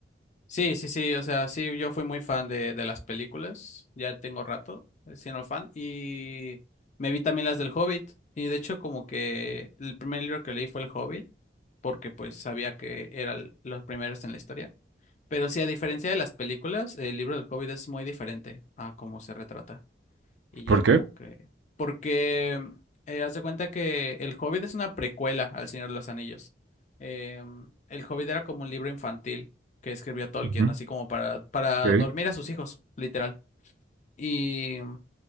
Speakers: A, on the left; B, on the right.
A: Sí, sí, sí, o sea, sí, yo fui muy fan de, de las películas, ya tengo rato eh, siendo fan, y me vi también las del Hobbit, y de hecho como que el primer libro que leí fue El Hobbit, porque pues sabía que eran los primeros en la historia, pero sí, a diferencia de las películas, el libro del Hobbit es muy diferente a cómo se retrata. Y ya
B: ¿Por
A: como
B: qué?
A: que... Porque eh, haz de cuenta que El Hobbit es una precuela al Señor de los Anillos. Eh, El Hobbit era como un libro infantil que escribió Tolkien,
B: Ujú.
A: así como para, para
B: Ok.
A: dormir a sus hijos, literal. Y